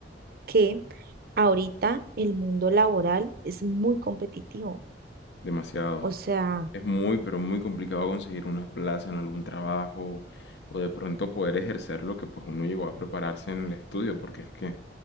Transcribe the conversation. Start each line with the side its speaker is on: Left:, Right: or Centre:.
Right: que ahorita el mundo laboral es muy competitivo.
Left: Demasiado.
Right: O sea,
Left: Es muy, pero muy complicado conseguir una plaza en algún trabajo o de pronto poder ejercer lo que pues uno llegó a prepararse en el estudio, porque es que